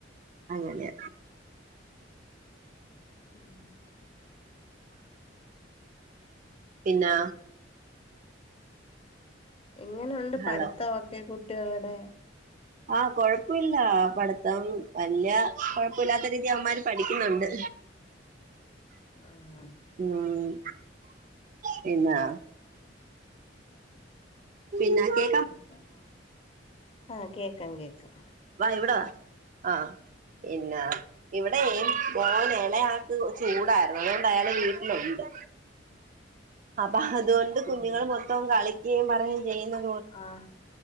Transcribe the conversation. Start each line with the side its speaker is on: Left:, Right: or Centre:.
Right: അല്ലല്ലെ
Left: ഉം
Right: പിന്നാ
Left: എങ്ങനുണ്ട്
Right: ഹലോ
Left: പഠിത്തൊക്കെ കുട്ടികളുടെ?
Right: ആഹ് കൊഴപ്പല്ല പഠിത്തം വല്യ കൊഴപ്പൊല്ലാത്ത രീതി അവമാര് പഠിക്കുന്നുണ്ട്.
Left: ആഹ്
Right: ആഹ് പിന്നാ പിന്നാക്കെ
Left: അതെ ആഹ് കേക്കാം കേക്കാം.
Right: വാ ഇവിട വാ ആഹ് പിന്നെ ഇവടെ മോൻ എളയാക്ക് ചൂടായ്രുന്ന്. അതോണ്ട് അയാള് വീട്ടിലൊണ്ട്. അബ അതുകൊണ്ട് കുഞ്ഞുങ്ങള്
Left: ആഹ്
Right: മൊത്തം കളിക്കെയും പർഞ്ഞ് ചെയ്യുന്ന്
Left: ആഹ്